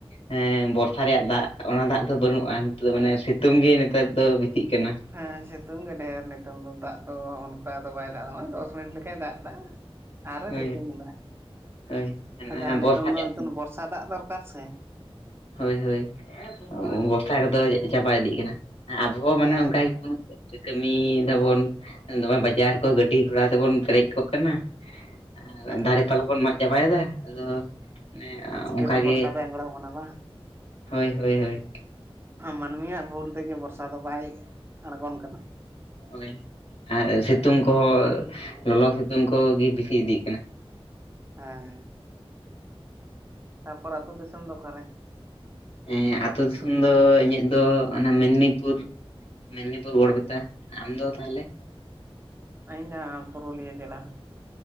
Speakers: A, on the left; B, on the right.
A: ᱦᱮᱸ ᱵᱚᱨᱥᱟ ᱨᱮᱭᱟᱜ ᱫᱟᱜ ᱚᱱᱟ ᱫᱟᱜ ᱫᱚ ᱵᱟᱹᱱᱩᱜᱼᱟ ᱱᱤᱛᱚᱜ ᱢᱟᱱᱮ ᱥᱤᱛᱩᱝ ᱜᱮ ᱱᱤᱛᱚᱜ ᱫᱚ ᱵᱮᱥᱤᱜ ᱠᱟᱱᱟ
B: ᱦᱮᱸ ᱥᱤᱛᱩᱝ ᱜᱮ ᱰᱷᱮᱨ ᱱᱮᱛᱚᱝ ᱫᱚ ᱫᱟᱜ ᱫᱚ ᱚᱱᱠᱟ ᱫᱚ ᱵᱟᱭ ᱫᱟᱜ ᱫᱟ ᱱᱚᱜᱚᱭ ᱫᱚᱥ ᱢᱤᱱᱤᱴ ᱞᱮᱠᱟᱭ ᱫᱟᱜ ᱫᱟ ᱟᱨᱚᱭ
A: ᱦᱳᱭ
B: ᱥᱤᱛᱩᱝ ᱫᱟ
A: ᱦᱳᱭ
B: ᱡᱟᱦᱟᱸ
A: ᱵᱚᱨᱥᱟ
B: ᱱᱤᱛᱚᱝ
A: ᱨᱮᱭᱟᱜ
B: ᱫᱚ <unintelligible> ᱵᱚᱨᱥᱟ ᱫᱟᱜ ᱫᱚᱨᱠᱟᱨ ᱥᱮ
A: ᱦᱳᱭ ᱦᱳᱭ ᱵᱚᱨᱥᱟ ᱠᱚᱫᱚ ᱪᱟᱵᱟ ᱤᱫᱤᱜ ᱠᱟᱱᱟ ᱟᱵᱚ ᱦᱚᱸ
B: ᱦᱮᱸ
A: ᱢᱟᱱᱮ ᱚᱱᱠᱟ
B: ᱪᱟᱵᱟ
A: ᱜᱮ ᱵᱚᱱ ᱠᱟᱹᱢᱤᱭ ᱫᱟᱵᱚᱱ ᱫᱚᱢᱮ ᱵᱟᱡᱟᱨ ᱠᱚ ᱜᱟᱹᱰᱤ ᱜᱷᱚᱲᱟ ᱛᱮᱵᱚᱱ ᱯᱮᱨᱮᱡ ᱠᱚᱜ ᱠᱟᱱᱟ ᱟᱨ
B: ᱦᱮᱸ
A: ᱫᱟᱨᱮ ᱯᱟᱞᱟ ᱠᱚ ᱵᱚᱱ ᱢᱟᱜ ᱪᱟᱵᱟᱭ ᱫᱟ ᱟᱫᱚᱼᱼ ᱦᱮᱸ
B: ᱪᱤᱠᱟᱹᱛᱮ
A: ᱚᱱᱠᱟ ᱜᱮ
B: ᱵᱚᱨᱥᱟ ᱨᱮ ᱟᱸᱜᱽᱲᱚ ᱵᱚᱱᱟ ᱵᱟᱝ
A: ᱦᱳᱭ ᱦᱳᱭ ᱦᱳᱭ
B: ᱢᱟᱹᱱᱢᱤᱭᱟᱜ ᱵᱷᱩᱞ ᱛᱮ ᱜᱮ ᱵᱚᱨᱥᱟ ᱫᱚ ᱵᱟᱭ ᱟᱬᱜᱚᱱ ᱠᱟᱱᱟ
A: ᱦᱳᱭ ᱟᱨ ᱥᱤᱛᱩᱝ ᱠᱚ ᱞᱚᱞᱚ ᱥᱤᱛᱩᱝ ᱠᱚ ᱜᱮ ᱵᱮᱥᱤ ᱤᱫᱤᱜ ᱠᱟᱱᱟ
B: ᱦᱮᱸ ᱛᱟᱨᱯᱚᱨ ᱟᱹᱛᱩ ᱫᱤᱥᱚᱢ ᱫᱚ ᱚᱠᱟ ᱨᱮ?
A: ᱦᱮᱸ ᱟᱹᱛᱩ ᱫᱤᱥᱚᱢ ᱫᱚ ᱤᱧᱟᱹᱜ ᱫᱚ ᱚᱱᱟ ᱢᱮᱫᱽᱱᱤᱯᱩᱨ ᱢᱮᱫᱽᱱᱤᱯᱩᱨ ᱜᱳᱲᱵᱮᱛᱟ ᱟᱢ ᱫᱚ ᱛᱟᱦᱞᱮ
B: ᱟᱹᱧ ᱫᱚ ᱱᱟᱜ ᱟᱭ ᱯᱩᱨᱩᱞᱤᱭᱟᱹ ᱡᱮᱞᱟ